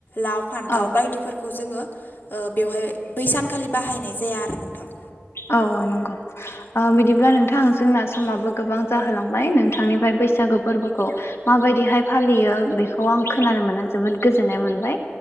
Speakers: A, on the left (about 50°); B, on the left (about 70°).
A: लाव फान्थाव
B: औ
A: बायदिफोरखौ जोङो बेवहाय बै सानखालि बाहायनाय जाया आरो नोंथां
B: औ औ नंगौ बिदिब्ला नोंथां जोंना समाबो गोबां जाहोलांबाय नोंथांनिफ्राय बैसागु फोरबोखौ माबायदिहाय फालियो बेखौ आं खोनानो मोना जोबोद गोजोननाय मोनबाय